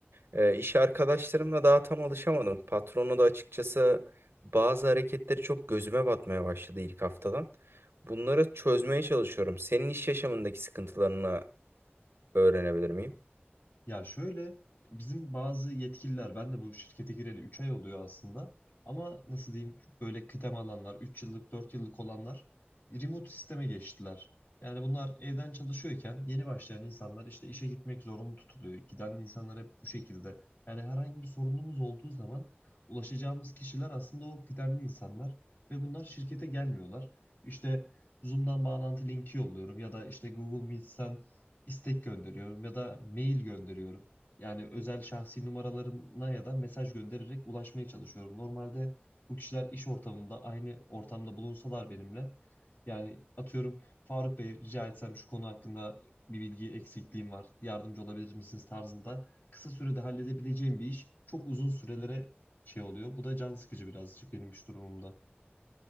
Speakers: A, on the right; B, on the left.
A: Eee iş arkadaşlarımla daha tam alışamadım. Patronu da açıkçası bazı hareketleri çok gözüme batmaya başladı ilk haftadan. Bunları çözmeye çalışıyorum. Senin iş yaşamındaki sıkıntılarını öğrenebilir miyim?
B: Ya şöyle bizim bazı yetkililer ben de bu şirkete gireli 3 ay oluyor aslında ama nasıl diyeyim böyle kıdem alanlar 3 yıllık 4 yıllık olanlar remote sisteme geçtiler. Yani bunlar evden çalışıyorken yeni başlayan insanlar işte işe gitmek zorunlu tutuluyor. Giden insanlar hep bu şekilde. Yani herhangi bir sorunumuz olduğu zaman ulaşacağımız kişiler aslında o kıdemli insanlar ve bunlar şirkete gelmiyorlar. İşte Zoom'dan bağlantı linki yolluyorum ya da işte Google Meet'ten istek gönderiyorum ya da mail gönderiyorum. Yani özel şahsi numaralarına ya da mesaj göndererek ulaşmaya çalışıyorum. Normalde bu kişiler iş ortamında aynı ortamda bulunsalar benimle yani atıyorum Faruk Bey rica etsem şu konu hakkında bir bilgi eksikliğim var. Yardımcı olabilir misiniz tarzında kısa sürede halledebileceğim bir iş çok uzun sürelere şey oluyor. Bu da can sıkıcı birazcık benim iş durumumda.